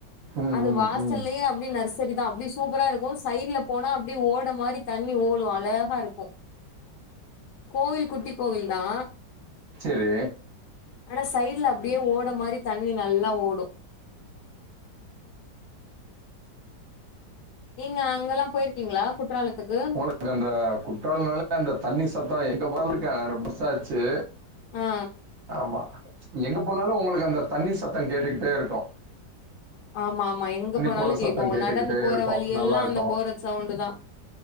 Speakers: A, on the right (about 55°); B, on the left (about 70°).
A: ம்,
B: அது
A: ம்,
B: வாசல்லையே
A: ம்.
B: அப்டி நர்சரி தா அப்டி சூப்பரா இருக்கு சைட்ல போனா அப்டியே ஓட மாரி தண்ணி ஓடு அழகா இருக்கு கோவில் குட்டி கோவில் தா
A: செரி
B: ஆனா சைட்ல அப்டியே ஓட மாரி தண்ணி நல்லா ஓடு நீங்க அங்கல்லா போயிருக்கீங்களா குற்றாலத்துக்கு
A: அது அந்த குற்றாலோனால அந்த தண்ணி சத்தோ எங்க போனாலு கேக்கு ஆனா ரொம்ப வருஷோ ஆச்சு
B: ஆ
A: ஆமா எங்க போனாலு உங்களுக்கு அந்த தண்ணி சத்தோ கேட்டுக்கிட்டே இருக்கு
B: ஆமா ஆமா எங்க போனாலு
A: போற
B: கேக்கு
A: சத்தம் கேட்டுக்கிட்டே
B: நடந்து போற
A: இருக்கும்
B: வழி
A: நல்லா
B: எல்லா
A: இருக்கும்
B: அந்த போற சவுண்டு தா